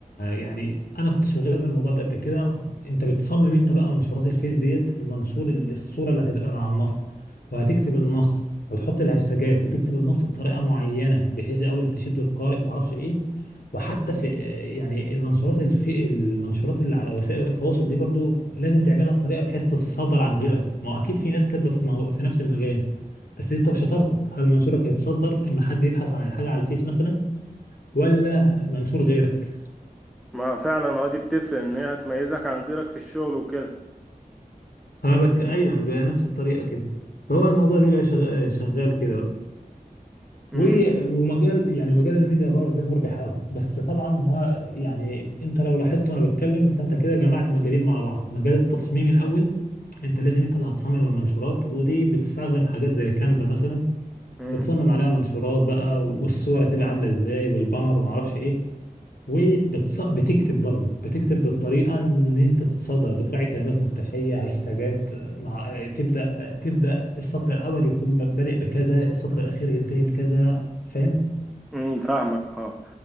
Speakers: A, on the left; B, in the centre.
A: يعني انا كنت شغال في الموضوع ده قبل كده انت بتصمم انت بقى منشورات الفيس ديت المنشور ال- الصوره اللي هتبقى مع النص وهتكتب النص وتحط الهاشتاجات وتكتب النص بطريقه معينه بحيث الاول تشد القارئ ما اعرفش ايه وحتى في يعني المنشورات الفي المنشورات اللي على وسائل التواصل دي برضو لازم تعملها بطريقه بحيث تتصدر عن غيرها ما هو اكيد في ناس كاتبه في, مو- في نفس المجال بس انت بشطارتك هل منشورك هيتصدر اما حد يبحث عن الحاجه على الفيس مثلا ولا منشور غيرك
B: ما فعلا اه دي بتفرق إن هي هتميزك عن غيرك في الشغل وكده
A: انا بك... ايوه بنفس الطريقه كده فهو الموضوع بيبقى شغ... شغال كده بقى
B: امم
A: و- ومجال يعني مجال الميديا باير ده مربح قوي بس طبعا هو يعني انت لو لاحظت وانا بتكلم فانت كده جمعت مجالين مع بعض مجال التصميم الاول انت لازم انت اللي هتصمم المنشورات ودي بتستخدم حاجات زي كانفا مثلا
B: امم.
A: بتصمم عليها منشورات بقى والصور هتبقى عامله ازاي والبانر وما اعرفش ايه وبتكتب برضه بتكتب بالطريقه ان انت تتصدر بتراعي كلمات مفتاحيه هاشتاجات مع تبدا تبدا السطر الاول يكون بادئ بكذا السطر الاخير ينتهي بكذا فاهم
B: امم فاهمك اه